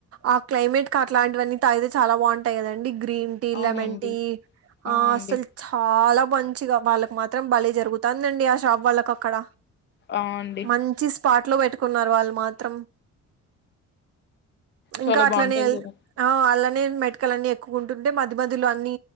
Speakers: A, on the right (about 50°); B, on the left (about 40°).
A: ఆ క్లైమేట్ కి అట్లాంటివన్నీ అయితే చాలా బాగుంటాయి కదండి గ్రీన్ టీ,
B: అవునండి
A: లెమన్ టీ
B: ఆ
A: ఆస్
B: అండి
A: చాలా మంచిగా వాళ్ళకి మాత్రం బలే జరుగుతుందండి ఆ షాప్ వాళ్ళకు అక్కడ
B: ఆ అండి
A: మంచి స్పాట్ లో పెట్టుకున్నారు వాళ్ళు మాత్రం
B: చాలా
A: ఇంకా అట్లనే
B: బాగుంటది కదా
A: ఆ అలా నెన్ మెటికల్ అన్ని ఎక్కుకుంటుంటే మద మదలో అన్ని